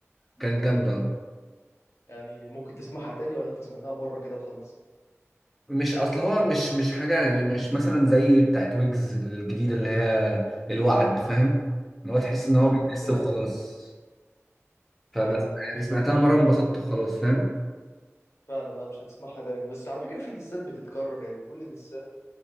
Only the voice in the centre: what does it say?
كانت جامده اه
مش اصل هو مش مش حاجه يعني مش مثلا زي بتاعت ويجز الجديده اللي هي الوعد فاهم ان هو تحس ان هو
بيحس
وخلاص فمثلا
يعني سمعتها مره انبسطت وخلاص فاهم